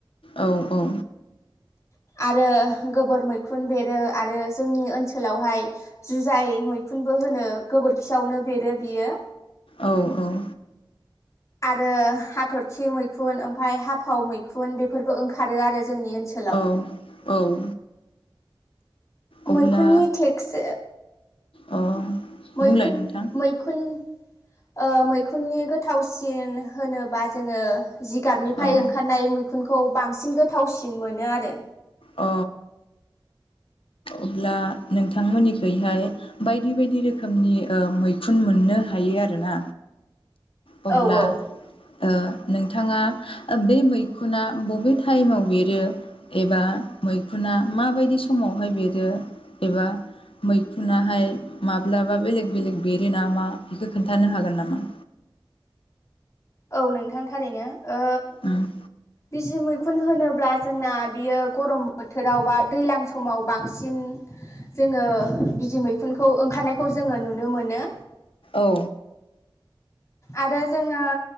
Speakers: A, on the left (about 85°); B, on the left (about 35°).
A: औ औ।
B: आरो गोबोर मैखुन बेरो आरो जोंनि ओनसोलावहाय जुजाय मैखुनबो होनो गोबोरखियावनो बेरो बियो
A: औ औ।
B: आरो हाथरखि मैखुन ओमफ्राय हाफाव मैखुन बेफोरबो ओंखारो आरो जोंनि ओनसोलाव।
A: औ औ। अब्ला
B: मैखुननि टेक्सी
A: अ
B: मैखुन
A: बुंलाय नोंथां
B: मैखुन ओ मैखुननि गोथावसिन होनोबा जोङो जिगाबनिफ्राय
A: औ
B: ओंखारनाय मै मैखुनखौ बांसिन गोथावसिन मोनो आरो।
A: अ। अब्ला नोंथांमोननिखैहाय बायदि बायदि रोखोमनि मैखुन ओ मोननो हायो आरोना? अब्ला
B: औ औ।
A: ओ नोंथाङा बै मैखुना बबे टाइमाव बेरो एबा मैखुना माबायदि समावहाय बेरो एबा मैखुुनहाय माब्लाबा बेलेग बेलेग बेरो नामा बेखौ खोनन्थानो हागोन नामा?
B: औ नोंथां थारैनो। ओ
A: उम
B: बिजि मै खुन होनोब्ला जोंना बियो गरम बोथोराव बा दैज्लां समाव बांसिन जोङो बिजि मैखुनखौ ओंखारनायखौ जोङो नुनो मोनो।
A: औ।
B: आरो जोङो हा